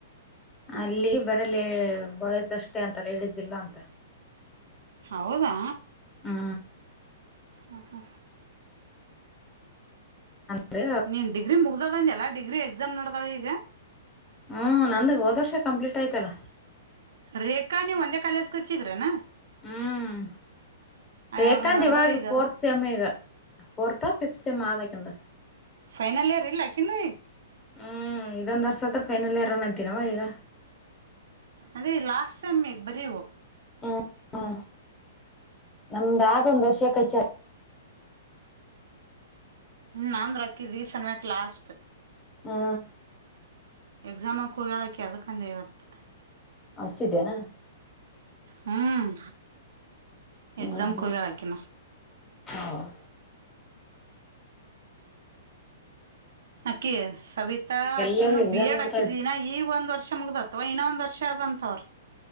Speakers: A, on the left; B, on the right.
A: ಅಲ್ಲಿ ಬರಲ್ಲ ಬಯಸ್ ಅಷ್ಟೇ ಅಂತಲ್ಲ ಇಡಿಸಿಲ್ಲ ಅಂತ
B: ಹೌದಾ
A: ಹ್ಮ್
B: ಹಾ ಹಾ ಹಾ
A: ಅಂದ್ರೆ
B: ನೀನ್ ಡಿಗ್ರಿ ಮುಗ್ದದಂಲ್ಲ ಡಿಗ್ರಿ ಎಕ್ಸಾಮ್ ನಡ್ದಾವ ಈಗ
A: ಹ್ಮ್ ನಂದ ಹೋದ ವರ್ಷ ಕಂಪ್ಲೀಟ್ ಆಯ್ತಲ್ಲ
B: ರೇಖಾ ನೀವ್ ಒಂದೇ ಕಾಲೇಜಗೆಚ್ಚಿದ್ರನಾ
A: ಹ್ಮ್ ರೇಖಾಂತ
B: ಅವ್ರು ನಡ್ದಾವ
A: ಇವಾಗ
B: ಈಗ
A: ಫೋರ್ತ್
B: ಅದ
A: ಸೆಮ್ ಈಗ ಫೋರ್ತ್ ಿಫತ್ ಸೆಮ್ ಆದಕಿಂದ
B: ಫೈನಲ್ ಇಯರ್ ಇಲ್ಲ ಆಕಿನು ಇಗ
A: ಹ್ಮ್ ಇದೊಂದ್ ವರ್ಷ ಹತ್ರ ಫೈನಲ್ ಇರನ ಅಂತನವ ಈಗ
B: ಅದೇ ಲಾಸ್ಟ್ ಟೈಮ್ಗ್ ಬರೀವು
A: ಹ್ಮ ನಮ್ದತ ಒಂದ್ ವರ್ಷ ಕಚ
B: ಹ್ಮ್ ನಂದ್ ರಕ್ಕಿದೀ ಸನ್ಯಕ್ ಲಾಸ್ಟ್
A: ಹಾ
B: ಎಕ್ಸಾಮಕ್ ಹೋಗಳಕ್ಕೆ ಅದಕ್ಕಂದೆ ಇವತ್ತು
A: ಹಚ್ಚಿದ್ದೇನಾ
B: ಹ್ಮ್
A: ಹ್ಮ್
B: ಎಕ್ಸಾಮಕ
A: ಹ್ಮ್
B: ಹೋಗ್ಯಳ ಅಕಿನು
A: ಹೌದು
B: ಅಕ್ಕಿ ಸವಿತಾ
A: ಎಲ್ಲರೂ
B: ಅಕಿನ
A: ಎಕ್ಸಾಮ್
B: ಬಿ ಎಡ್
A: ಮಾಡ್ತಾಳ
B: ಹಾಕಿದಿನ ಈಗ ಒಂದು ವರ್ಷ ಮುಗ್ದ ಅಥವಾ ಇನ್ನೊ ಒಂದ್ ವರ್ಷ ಅಂತಅವರದ್